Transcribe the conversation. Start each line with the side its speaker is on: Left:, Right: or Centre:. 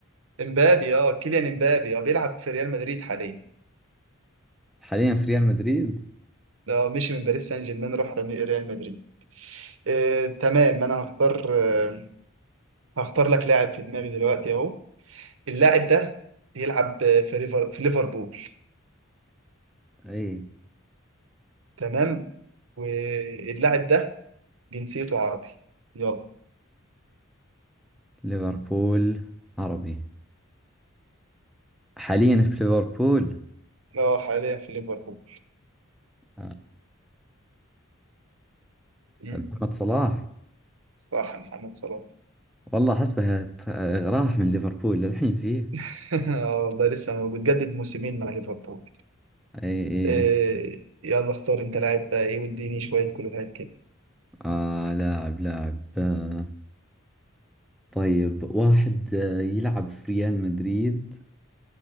Right: امبابي اه كيليان امبابي اه بيلعب في ريال مدريد حاليا
Centre: حاليا في ريال مدريد
Right: اه مشي من باريس سان جيرمان راح ريال مدريد آه تمام انا هختار آه هختار لك لاعب في دماغي دلوقتي اهو اللاعب ده بيلعب في ليفر في ليفربول
Centre: اي
Right: تمام واللاعب ده جنسيته عربي يلا
Centre: ليفربول عربي حاليا في ليفربول
Right: اه حاليا في ليفربول
Centre: آه،
Right: مم.
Centre: محمد صلاح
Right: صح محمد صلاح
Centre: والله حسبه ت- آه، راح من ليفربول للحين فيه
Right: <laughs> اه والله لسه موجود جدد موسمين مع ليفربول
Centre: اي اي
Right: إيه
Centre: اي
Right: يلا اختار انت لاعب بقى ايه واديني شويه كلوهات كده
Centre: آه لاعب لاعب آه طيب واحد آه يلعب في ريال مدريد